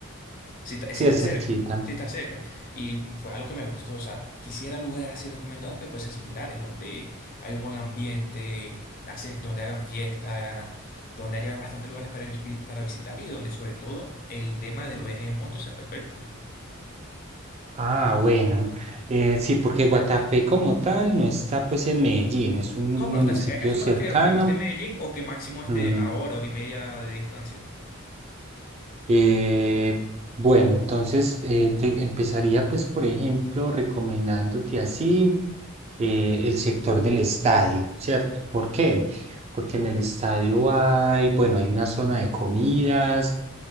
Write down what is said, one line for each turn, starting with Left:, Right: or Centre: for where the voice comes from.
Left: Si está,
Right: sí
Left: si está
Right: es
Left: cerca,
Right: cerquita.
Left: si está cerca. Y fue algo que me gustó. O sea, quisiera lugares así recomendados que fuesen similares, donde hay un buen ambiente, hace- donde hagan fiesta donde haya bastantes lugares para, vis- para visitar y donde sobre todo el tema de los viajes en moto sea perfecto.
Right: Ah, bueno. Eh, sí, porque Guatapé como tal no está pues en Medellín, es un
Left: No, pero
Right: municipio
Left: está, a eso
Right: cercano.
Left: me refiero, que esté en Medellín o que máximo esté
Right: mm,
Left: a hora, hora y media de distancia.
Right: Eh, bueno, entonces eh, te empezaría pues por ejemplo recomendándote así eh, el sector del estadio, ¿cierto? ¿Por qué? Porque en el estadio hay, bueno, hay una zona de comidas,